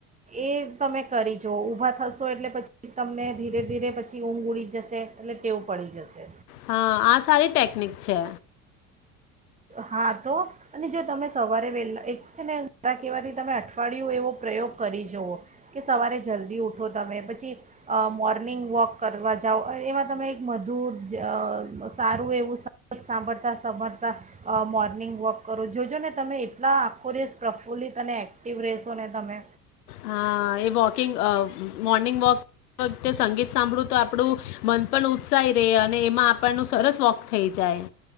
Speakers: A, on the right (about 15°); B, on the left (about 75°).
A: એ તમે કરી જોઓ ઊભા થશો એટલે પછી તમને ધીરે ધીરે પછી ઊંઘ ઉડી જ જશે, અને ટેવ પડી જશે.
B: હા આ સારી ટેકનિક છે.
A: હા તો, અને જો તમે સવારે વહેલા એક છે ને દરા કહેવાથી તમે અઠવાડિયું એવો પ્રયોગ કરી જવ કે સવારે જલ્દી ઉઠો, તમે પછી અ મોર્નિંગ વોક કરવા જાઓ એમાં તમે એક મધુર જ અ સારું એવું સ <inaudible> સાંભળતા સાંભળતા અ મોર્નિંગ વોક કરો જોજો ને તમે એટલા આખું રશ પ્રફુલ્લીત અને એક્ટિવ રહેશો ને તમે
B: હા એ વોકિંગ અ મોર્નિંગ વોક વખતે સંગીત સાંભળું તો આપડું મન પણ ઉત્સાહી રે અને એમાં આપણનું સરસ વોક થઈ જાય.